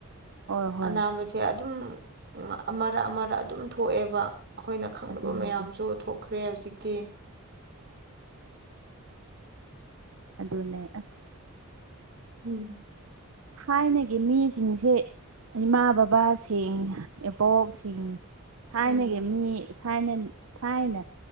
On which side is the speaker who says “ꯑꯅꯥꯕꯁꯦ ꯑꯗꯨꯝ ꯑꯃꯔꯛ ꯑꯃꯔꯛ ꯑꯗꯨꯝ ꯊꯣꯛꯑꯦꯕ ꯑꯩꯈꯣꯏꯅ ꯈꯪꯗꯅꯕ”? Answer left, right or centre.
Right